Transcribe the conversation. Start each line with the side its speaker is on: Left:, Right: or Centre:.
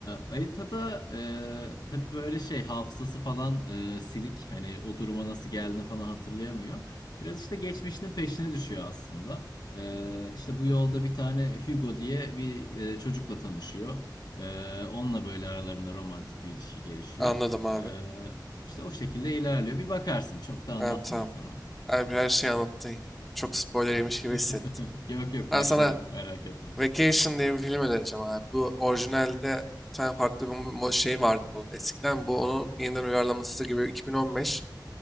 Left: Alita da e, tabii böyle şey hafızası falan e, silik hani o duruma nasıl geldiğini falan hatırlayamıyor. Biraz işte geçmişinin peşine düşüyor aslında. Ee, işte bu yolda bir tane Hugo diye bir e, çocukla tanışıyor. Ee, onunla böyle aralarında romantik bir ilişki gelişiyor.
Centre: Anladım abi.
Left: Ee, işte o şekilde ilerliyor. Bir bakarsın. Çok da anlatmayayım
Centre: Evet, tamam.
Left: sana.
Centre: Abi her şeyi anlattın ya. Çok spoiler yemiş gibi
Left: <laughs>
Centre: hissettim.
Left: Yok yok
Centre: Ben
Left: başları
Centre: sana
Left: bu merak etme.
Centre: Vacation diye bir film önereceğim abi. Bu orijinalde bir tane farklı bir mo- şey vardı bunun eskiden. Bu onun yeniden uyarlaması gibi 2015